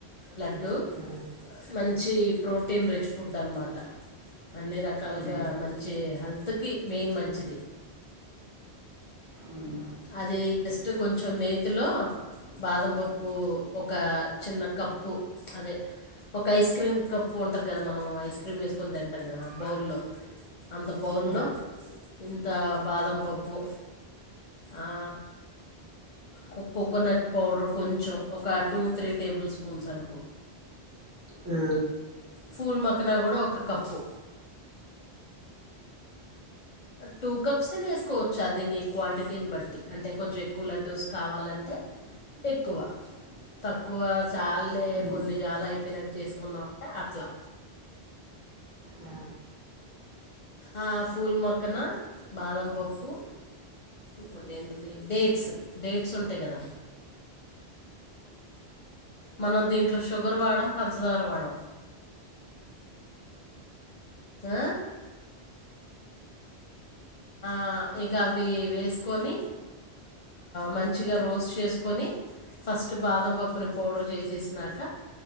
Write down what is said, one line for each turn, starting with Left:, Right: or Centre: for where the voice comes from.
Left: లడ్డుూ
Right: ఆ,
Left: మంచి ప్రోటీన్ రిచ్ ఫుడ్ అనమాట అన్ని రకాలుగా
Right: ఉమ్,
Left: మంచి హెల్త్కి మెయిన్ మంచిది
Right: ఉమ్,
Left: అది జస్ట్ కొంచెం నేతిలో బాదం పప్పు ఒక చిన్న కప్పు అదే ఒక ఐస్ క్రీమ్ కప్పు ఉంటది గదా మనం ఐస్ క్రీమ్ ఏసుకొని తింటాం కదా బౌల్లో అంత బౌల్లో
Right: ఆ, ఆ,
Left: ఇంత బాదం పప్పు ఆ కొ కోకోనట్ పౌడర్ కొంచెం ఒక టూ త్రీ టేబుల్ స్పూన్స్ అనుకో
Right: ఆ
Left: పూల్ మక్కన కూడా ఒక కప్పు టూ కప్స్ అయిన ఏసుకోవచ్చు అది నీ క్వాంటిటీని బట్టి అంటే కొంచెం ఎక్కువ లడ్డూస్ కావాలంటే ఎక్కువ తక్కువ చాల్లే
Right: ఉమ్,
Left: కొన్ని జాలు అయిపోయినాక చేసుకుందాం అంటే అట్లా
Right: ఆ, ఆ,
Left: ఆ పూల్ మొక్కన బాదం పప్పు ఇంకోటి ఏంటి ఇది డేట్స్ డేట్స్ ఉంటాయి గదా మనం దీంట్లో షుగర్ వాడం పంచదార వాడం ఆ ఆ ఇక అవి వేసుకొని మంచిగా రోస్ట్ చేసుకొని ఫస్ట్ బాదం పప్పుని పౌడర్ చేసేసినాక